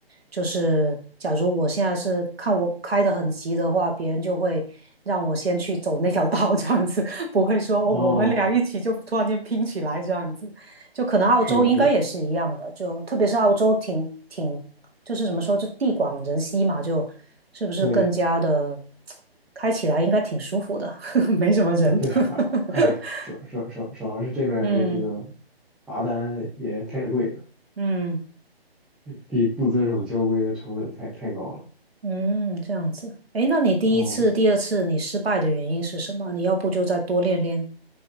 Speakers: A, on the right; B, in the centre.
A: 就是假如我现在是看我开的很急的话，别人就会让我先去走那条道，这样子，<laughs> 不会说哦，
B: 哦，
A: 我们俩一起就突然间拼起来这样子，就可能澳洲应该也是一样的，
B: 是的，是的，
A: 就特别是澳洲挺挺就是怎么说，就地广人稀嘛，就是不是更加的
B: 对
A: 开起来应该挺舒服的，<laughs> 没什么人。
B: 啊，对啊，
A: <laughs>
B: 哎，主要主要主要主要是这边儿这个这个
A: 嗯
B: 罚单也太贵了，
A: 嗯
B: 比不遵守交规的成本太太高了。
A: 嗯，这样子。诶，那你第一次、
B: 哦。
A: 第二次你失败的原因是什么？你要不就再多练练。